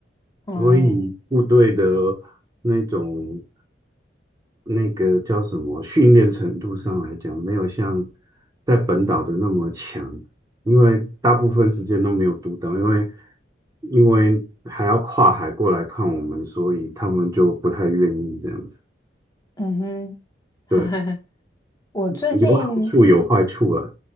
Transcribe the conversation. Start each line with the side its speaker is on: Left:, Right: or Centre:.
Left: 哦，
Right: 所以部队的那种。那个叫什么训练程度上来讲，没有像在本岛的那么强，因为大部分时间都没有读岛，因为因为还要跨海过来看我们，所以他们就不太愿意这样子。
Left: 嗯哼，<laughs>
Right: 对，
Left: 我最近，
Right: 有好处有坏处啊。